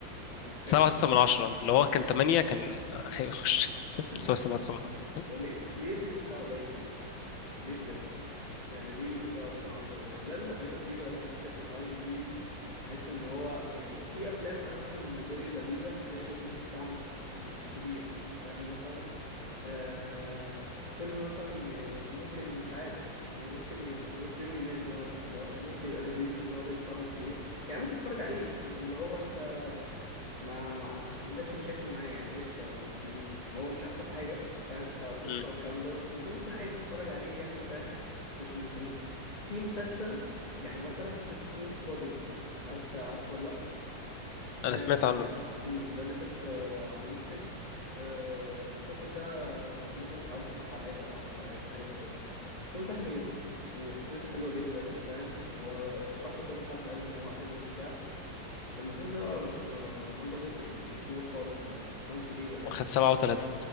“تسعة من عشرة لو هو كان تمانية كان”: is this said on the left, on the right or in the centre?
Left